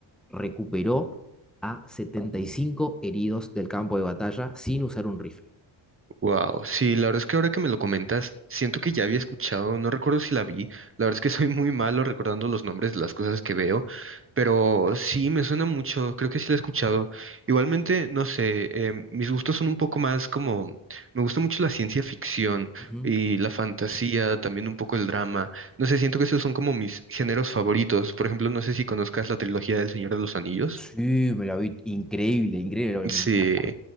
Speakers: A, in the centre; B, on the right.
A: recuperó a 75 heridos del campo de batalla sin usar un rifle.
B: Wow, sí, la verdad es que ahora que me lo comentas, siento que ya había escuchado, no recuerdo si la vi, la verdad es que soy muy malo recordando los nombres de las cosas que veo, pero sí, me suena mucho, creo que sí la he escuchado. Igualmente, no sé, em, mis gustos son un poco más como, me gusta mucho la ciencia ficción
A: ujú.
B: y la fantasía, también un poco el drama, no sé, siento que esos son como mis géneros favoritos, por ejemplo, no sé si conozcas la trilogía del Señor de los Anillos.
A: Sí, me la vi increíble, increíble, me
B: Sí,
A: encanta.